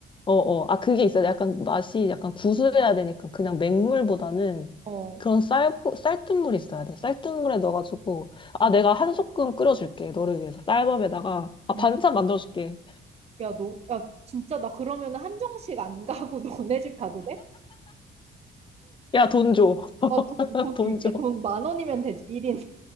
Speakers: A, on the left; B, on the right.
A: 어어. 아, 그게 있어요. 약간 맛이 약간 구수해야 되니까 그냥 맹물보다는
B: 어,
A: 그런 쌀, 쌀뜨물이 있어야 돼. 쌀뜨물에 넣어가지고, 아,
B: 어,
A: 내가 한 소끔 끓여줄게. 너를 위해서. 쌀밥에다가. 아,
B: 응.
A: 반찬 만들어줄게.
B: 야, 너, 야, 진짜 나 그러면 한정식 안 가고 <laughs> 너네 집 가도 돼?
A: 야, 돈 줘. <laughs>
B: 어, 돈, 돈
A: 돈
B: 줄게.
A: 줘.
B: 돈 만 원이면 되지, 1인.